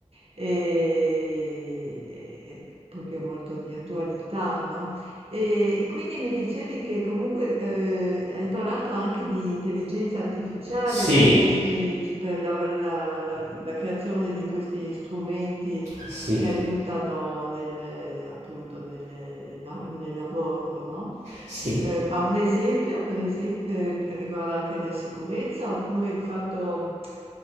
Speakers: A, on the right (about 55°); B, on the right (about 75°).
A: e, e- e proprio molto di attualità, no? E, e quindi mi dicevi che comunque eh, hai parlato anche di intelligenza artificiale
B: Sì,
A: per Sì, questi, Sì. per la, la- la- la creazione di questi strumenti
B: sì,
A: che aiutano nel, appunto nel, la- nel lavoro, no?
B: sì.
A: Ehm, ma un esempio per esem ehm, riguarda anche la sicurezza oppure il fatto